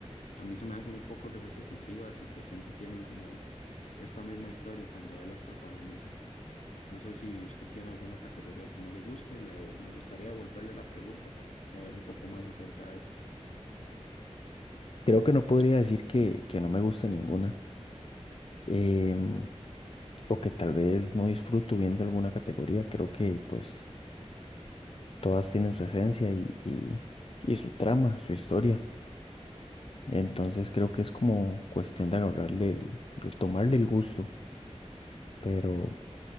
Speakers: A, on the left; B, on the left.
A: a mí se me hacen un poco repetitivas y que siempre tienen como esta misma historia cuando él las protagoniza. No sé si usted tiene alguna categoría que no le guste, le, me gustaría devolverle la pregunta para saber un poco más acerca de esto.
B: Creo que no podría decir que, que no me gusta ninguna em, o que tal vez no disfruto viendo alguna categoría. Creo que pues todas tienen su esencia y, y, y su trama, su historia. Entonces creo que es como cuestión de agarrarle el, de tomarle el gusto, pero...